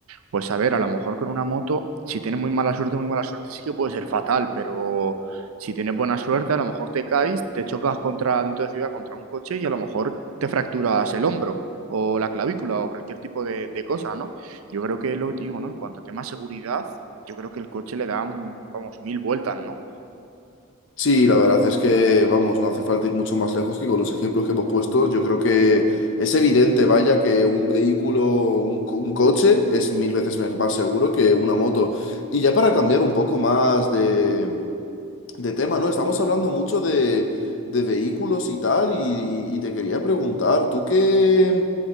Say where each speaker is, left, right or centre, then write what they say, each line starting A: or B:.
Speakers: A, on the right; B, on the left.
A: Pues a ver, a lo mejor con una moto, si tienes muy mala suerte, muy mala suerte sí que puede ser fatal, pero si tienes buena suerte, a lo mejor te caes, te chocas contra dentro de ciudad contra un coche y a lo mejor te fracturas el hombro o la clavícula o cualquier tipo de, de cosa, ¿no? Yo creo que es lo que te digo, ¿no? En cuanto a tema seguridad, yo creo que el coche le da, mm, vamos, mil vueltas, ¿no?
B: Sí, la verdad es que, vamos, no hace falta ir mucho más lejos que con los ejemplos que hemos puesto. Yo creo que es evidente, vaya, que
A: Eh,
B: un vehículo, un, co- un coche es mil veces me- más seguro que una moto. Y ya para cambiar un poco más de, de tema, ¿no? Estamos hablando mucho de, de vehículos y tal, y, y te quería preguntar, ¿tú qué,